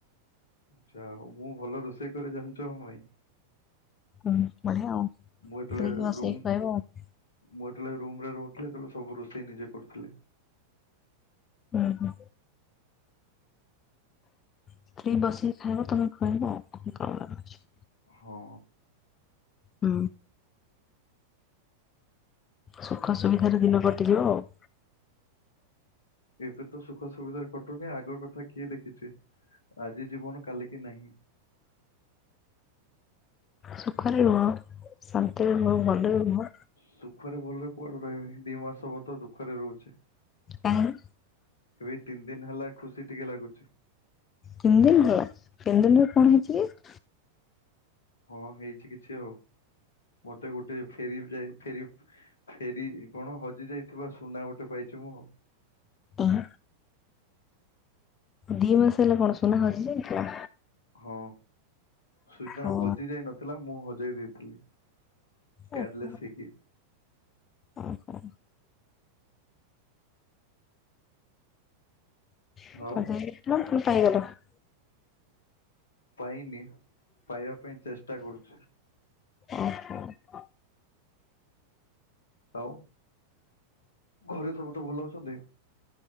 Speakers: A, on the left; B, on the left.
A: ଯା ହଉ ମୁଁ ଭଲ ରୋଷେଇ କରି ଜାଣିଛ ନା ନାଇଁ।
B: ହୁଁ ବଢିଆ ଆଉ
A: ମୁଁ ଯେତେବେଳେ
B: ତୁମେ ବି ରୁଷେଇ
A: ରୁମ
B: କରିବ ଆଉ।
A: ମୁଁ ଯେତେବେଳେ ଏ ରୁମ ରେ ରହୁଥିଲି ସେତେବେଳେ ସବୁ ରୋଷେଇ ନିଜେ କରୁଥିଲି।
B: ଉଁ ହୁଁ। ସ୍ତ୍ରୀ ବସିକି ଖାଇବ ତମେ ଖୁଆଇବ ଆଉ କଣ ଅଛି।
A: ହଁ।
B: ହୁଁ। ସୁଖ ସୁବିଧାରେ ଦିନ କଟିଯିବ ଆଉ।
A: ଏବେ ତ ସୁଖ ସୁବିଧାରେ କଟୁନି ଆଗ କଥା କିଏ ଦେଖିଛି ଆଜି ଜୀବନ କାଲି କିି ନାହିଁ।
B: ସୁଖରେ ରୁହ ଶାନ୍ତିରେ ରୁହ ଭଲରେ ରୁହ।
A: ସୁଖରେ ଭଲରେ କୁଆଡୁ ରହିବି ଦି ମାସ ହବ ତ ଦୁଖରେ ରହୁଛି।
B: କାଇଁ।
A: ଏଇ ତିନି ଦିନ ହେଲା ଖୁସି ଟିକେ ଲାଗୁଛି।
B: ତିନି ଦିନ ହେଲା ତିନି ଦିନରେ କଣ ହେଇଛି କି।
A: ହଁ ହେଇଛି କିଛି ଆଉ ମତେ ଗୋଟେ ଫେରି ଯାଇ ଫେରି ଫେରି କଣ ହଜି ଯାଇଥିବା ସୁନା ଗୋଟେ ପାଇଛି ମୁଁ ଆଉ।
B: ଆଁ ଦି ମାସ ହେଲା କଣ ସୁନା ହଯି ଯାଇଥିଲା।
A: ହଁ ସିଧା
B: ଓହୋ।
A: ହଜି ଯାଇ ନଥିଲା ମୁଁ ହଜେଇ ଦେଇଥିଲି। କେୟାରଲେସ୍
B: ଓହୋ
A: ହେଇ କିି।
B: ଓହୋ <inaudible>
A: ଆଉ ପାଇନି। ପାଇବା ପାଇଁ ଚେଷ୍ଟା କରୁଚି।
B: ଓହୋ।
A: ଆଉ ଘରେ ସମସ୍ତେ ଭଲ ଅଛନ୍ତି?